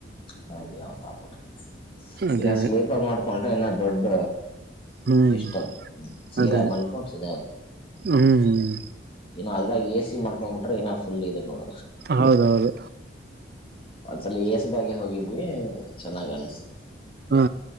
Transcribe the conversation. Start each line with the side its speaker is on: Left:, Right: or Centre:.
Left: ಹ ಯಾವತ್ಕ
Right: ಅದೇ
Left: ಇನ್ನ ಸ್ಲೀಪರ್ ಮಾಡ್ಕೊಂಡ್ರೆ ಇನ್ನ ದೊಡ್ಡ
Right: ಹ್ಮ್
Left: ಸಷ್ಟಮ ಹ್ಮ ಸಿನಾರ್
Right: ಅದೇ
Left: ಮಲ್ಕೋನ್ ಸಧರ್ಮನ್
Right: ಹ್ಮ್ ಹ್ಮ್
Left: ಏ ಅದಲಾಗ ಎ ಸಿ ಮಾಡಕೊಂಡ್ ಬಿಟ್ರೆ ಇಏ ಫುಲ್ ನೋಡ
Right: ಹೌದೌದು
Left: ಒಂದ್ಸಲ ಎಸಿದಾಗೆ ಹೋಗಿದ್ವಿ ಚೆನ್ನಾಗ್ ಅನ್ಸತ
Right: ಹಾ